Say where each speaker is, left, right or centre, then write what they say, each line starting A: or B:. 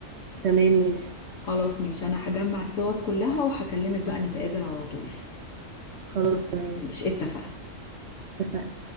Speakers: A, on the right; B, on the left.
A: تمام ماشي
B: خلاص ماشي انا هجمع الصور كلها وهكلمك بقى نتقابل على طول
A: خلاص تمام
B: مش اتفقنا
A: اتفقنا